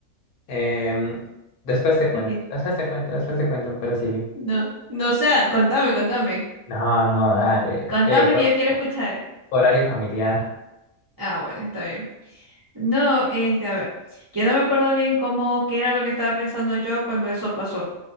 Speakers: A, on the left; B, on the right.
A: em, después te
B: ¿De
A: cuento,
B: qué?
A: después te cuento, después te cuento, pero sigue.
B: No, no, o sea, contame, contame.
A: No, no, dale,
B: Contame
A: eh, hor-
B: que yo quiero escuchar.
A: horario familiar.
B: Ah, bueno, está bien. No, este, a ver, yo no me acuerdo bien cómo, qué era lo que estaba pensando yo cuando eso pasó,